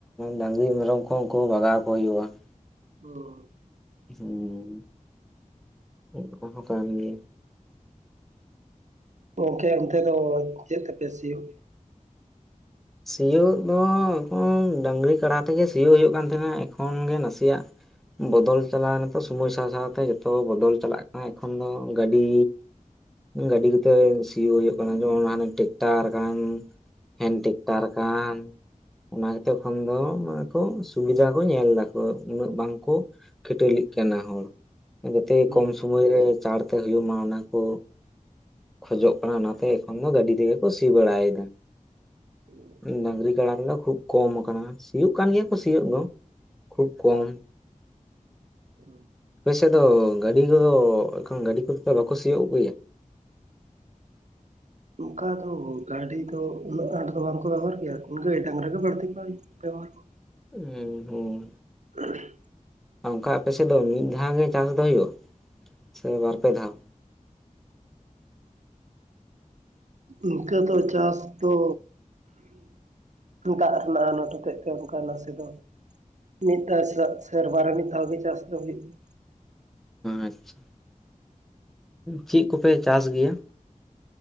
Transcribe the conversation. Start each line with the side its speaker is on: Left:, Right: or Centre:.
Centre: ᱰᱟᱝᱨᱤ ᱢᱮᱨᱚᱢ ᱠᱚᱦᱚᱸ ᱠᱚ ᱵᱟᱜᱟᱣ ᱠᱚ ᱜᱤᱭᱟ ᱾
Right: ᱚᱸ
Centre: ᱦᱩᱸ ᱚᱱᱠᱟ ᱦᱚᱸ ᱠᱟᱱ ᱜᱮᱭᱟ
Right: ᱜᱚᱢᱠᱮ ᱚᱱᱛᱮ ᱫᱚ ᱪᱮᱫ ᱛᱮᱯᱮ ᱥᱤᱭᱳᱜ?
Centre: ᱥᱤᱭᱳᱜ ᱫᱚ ᱮᱠᱷᱚᱱ ᱰᱟᱹᱝᱨᱤ ᱠᱟᱰᱟ ᱛᱮᱜᱮ ᱥᱤᱭᱳᱜ ᱦᱩᱭᱩᱜ ᱠᱟᱱ ᱛᱟᱦᱮᱱᱟ ᱮᱠᱷᱚᱱ ᱜᱮ ᱱᱟᱥᱮᱭᱟᱜ᱾ ᱵᱚᱫᱚᱞ ᱪᱟᱞᱟᱣ ᱱᱤᱛᱚᱜ ᱥᱚᱢᱚᱭ ᱥᱟᱶ ᱥᱟᱶᱛᱮ ᱡᱚᱛᱚ ᱵᱚᱫᱚᱞ ᱪᱟᱞᱟᱜ ᱠᱟᱱᱟ ᱮᱠᱷᱚᱱ ᱫᱚ ᱜᱟᱹᱰᱤ᱾ ᱜᱟᱹᱰᱤ ᱠᱚᱛᱮ ᱥᱤᱭᱳᱜ ᱦᱩᱭᱩᱜ ᱠᱟᱱᱟ ᱡᱮᱢᱚᱱ ᱦᱟᱱᱮ ᱴᱮᱠᱴᱟᱨᱠᱟᱱ ᱦᱮᱱ ᱴᱮᱠ ᱛᱟᱨᱠᱟᱱ ᱚᱱᱟ ᱠᱟᱛᱮ ᱠᱷᱚᱱ ᱫᱚ ᱚᱱᱮ ᱠᱚ ᱥᱩᱵᱤᱫᱟ ᱠᱚ ᱧᱮᱞ ᱫᱟᱠᱚ ᱩᱱᱟᱹᱜ ᱵᱟᱝᱠᱚ᱾ ᱠᱷᱤᱴᱟᱹᱞᱤᱜ ᱠᱟᱱᱟ ᱦᱚᱲ ᱡᱟᱛᱮ
Right: ᱦᱩᱸ
Centre: ᱠᱚᱢ
Right: ᱦᱩᱸ
Centre: ᱥᱚᱢᱚᱭᱨᱮ ᱪᱟᱲᱛᱮ ᱦᱩᱭᱩᱜ ᱢᱟ ᱚᱱᱟ ᱠᱚ᱾ ᱠᱷᱚᱡᱚᱜ ᱠᱟᱱᱟ ᱚᱱᱟᱛᱮ ᱮᱠᱷᱚᱱ ᱫᱚ ᱜᱟᱹᱰᱤ ᱛᱮᱜᱮ ᱠᱚ ᱥᱤ ᱵᱟᱲᱟᱭᱮᱫᱟ᱾
Right: ᱦᱩᱸ
Centre: ᱰᱟᱹᱝᱨᱤ ᱠᱟᱰᱟ ᱨᱮᱫᱚ ᱠᱷᱩᱵ ᱠᱚᱢ ᱟᱠᱟᱱᱟ ᱥᱤᱭᱳᱜ ᱠᱟᱱ ᱜᱮᱭᱟ ᱠᱚ ᱥᱤᱭᱳᱜ ᱫᱚ᱾ ᱠᱷᱩᱵ ᱠᱚᱢ
Right: ᱦᱩᱸ
Centre: ᱟᱯᱮᱥᱮᱫ ᱫᱚ ᱜᱟᱹᱰᱤ ᱠᱚᱫᱚ ᱮᱠᱷᱚᱱ ᱜᱟᱹᱰᱤ ᱠᱚᱫᱚ ᱵᱟᱠᱚ ᱥᱤᱭᱳᱜ ᱟᱹᱜᱩᱭᱟ?
Right: ᱚᱱᱠᱟ ᱫᱚ ᱜᱟᱹᱰᱤ ᱫᱚ ᱩᱱᱟᱹᱜ ᱟᱸᱴ ᱫᱚ ᱵᱟᱝᱠᱚ ᱵᱮᱵᱚᱦᱟᱨ ᱜᱮᱭᱟ ᱜᱟᱹᱭ ᱰᱟᱝᱨᱟ ᱜᱮ ᱵᱟᱹᱲᱛᱤ ᱠᱟᱭ᱾ ᱵᱮᱵᱷᱟᱨ ᱠᱚ
Centre: ᱦᱩᱸ ᱦᱩᱸ
Right: ᱟᱨ <unintelligible>
Centre: ᱚᱱᱠᱟ ᱟᱯᱮᱥᱮᱫ ᱫᱚ ᱢᱤᱫ ᱫᱷᱟᱣ ᱜᱮ ᱪᱟᱥ ᱫᱚ ᱦᱩᱭᱩᱜᱼᱟ ᱥᱮ ᱵᱟᱨᱯᱮ ᱫᱷᱟᱣ?
Right: ᱱᱤᱝᱠᱟ ᱫᱚ ᱪᱟᱥ ᱫᱚ ᱫᱟᱜ ᱨᱮᱱᱟᱜ ᱟᱱᱟᱴ ᱦᱚᱛᱮᱡ ᱛᱮ ᱚᱱᱠᱟ ᱱᱟᱥᱮ ᱫᱚ- ᱢᱤᱫ ᱫᱷᱟᱣ ᱥᱮᱨ ᱥᱮᱨᱢᱟ ᱨᱮ ᱢᱤᱫ ᱫᱷᱟᱣ ᱜᱮ ᱪᱟᱥ ᱫᱚ ᱦᱩᱭᱩᱜᱼᱟ᱾
Centre: ᱟᱪᱪᱷᱟ ᱪᱮᱫ ᱠᱚᱯᱮ ᱪᱟᱥ ᱜᱮᱭᱟ?